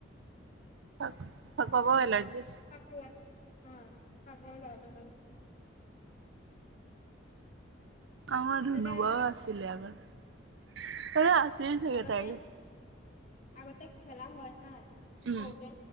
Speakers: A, on the right (about 70°); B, on the left (about 40°).
A: ফাক ফাকুৱা পাওঁ এলাৰ্জি আছে।
B: ফাকুৱা অ ফাকুৱা লগাব নালাগে।
A: আমাৰ
B: সেইকাৰণে
A: ধুনুবাও
B: মই
A: আছিলে আগতে এই আছিল চাগে
B: আগতে
A: তাইকে
B: আগতে খেলা হয় হা
A: উম
B: সৰুতে